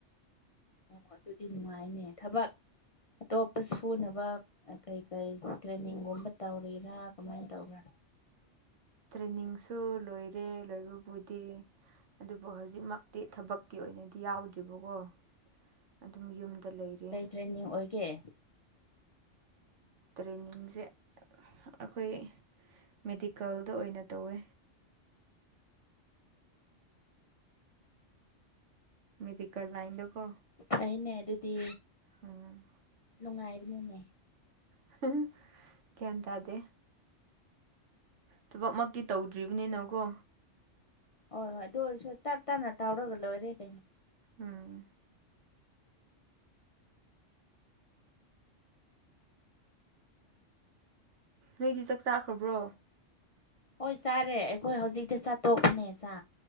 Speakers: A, on the left; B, on the right.
A: ꯑꯣ ꯑꯗꯨꯗꯤ ꯅꯨꯡꯉꯥꯏꯅꯦ ꯊꯕꯛ ꯑꯇꯣꯞꯄ ꯁꯨꯅꯕ ꯑꯣ ꯀꯩ ꯀꯩ ꯇ꯭ꯔꯦꯟꯅꯤꯡꯒꯨꯝꯕ ꯇꯧꯔꯤꯔꯥ ꯀꯃꯥꯏꯟ ꯇꯧꯕ꯭ꯔꯥ
B: ꯇ꯭ꯔꯦꯅꯤꯡꯁꯨ ꯂꯣꯏꯔꯦ ꯂꯣꯏꯕꯕꯨꯗꯤ ꯑꯗꯨꯕꯨ ꯍꯧꯖꯤꯛꯃꯛꯇꯤ ꯊꯕꯛꯀꯤ ꯑꯣꯏꯅꯗꯤ ꯌꯥꯎꯗ꯭ꯔꯤꯕꯀꯣ ꯑꯗꯨꯝ ꯌꯨꯝꯗ ꯂꯩꯔꯦ
A: ꯇ꯭ꯔꯦꯟꯅꯤꯡ ꯑꯣꯏꯒꯦ
B: ꯇ꯭ꯔꯦꯟꯅꯤꯡꯖꯦ ꯑꯈꯣꯏ ꯃꯦꯗꯤꯀꯜꯗ ꯑꯣꯏꯅ ꯇꯧꯋꯦ ꯃꯦꯗꯤꯀꯜ ꯂꯥꯏꯟꯗꯀꯣ
A: ꯐꯩꯅꯦ ꯑꯗꯨꯗꯤ
B: ꯎꯝ
A: ꯅꯨꯡꯉꯥꯏꯕꯅꯤꯅꯦ
B: <unintelligible> ꯒ꯭ꯌꯥꯟ ꯇꯥꯗꯦ ꯊꯕꯛ ꯃꯛꯇꯤ ꯇꯧꯗ꯭ꯔꯤꯕꯅꯤꯅꯀꯣ
A: ꯍꯣꯏ ꯍꯣꯏ ꯑꯗꯨ ꯑꯣꯏꯔꯁꯨ ꯇꯞ ꯇꯞꯅ ꯇꯧꯔꯒ ꯂꯣꯏꯔꯦ ꯀꯩꯅꯣ
B: ꯎꯝ ꯅꯣꯏꯗꯤ ꯆꯥꯛ ꯆꯥꯈ꯭ꯔꯕ꯭ꯔꯣ
A: ꯍꯣꯏ ꯆꯥꯔꯦ ꯑꯩꯈꯣꯏ ꯍꯧꯖꯤꯛꯇ ꯆꯥꯠꯇꯣꯛꯄꯅꯦ ꯆꯥ